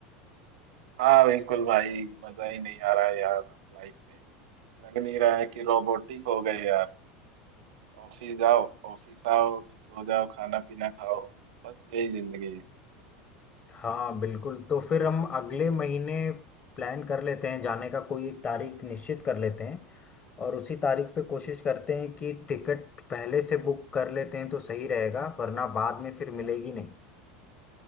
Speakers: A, on the right; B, on the left.
A: हाँ बिल्कुल भाई मजा ही नहीं आ रहा है यार लाइफ पे लग नहीं रहा है कि रोबोटिक हो गए यार ऑफिस जाओ ऑफिस आओ फिर सो जाओ खाना पीना खाओ बस यही जिंदगी है
B: हाँ बिल्कुल तो फिर हम अगले महीने प्लान कर लेते हैं जाने का कोई एक तारीख निश्चित कर लेते हैं और उसी तारीख पे कोशिश करते हैं कि टिकट पहले से बुक कर लेते हैं तो सही रहेगा वरना बाद में फिर मिलेगी नहीं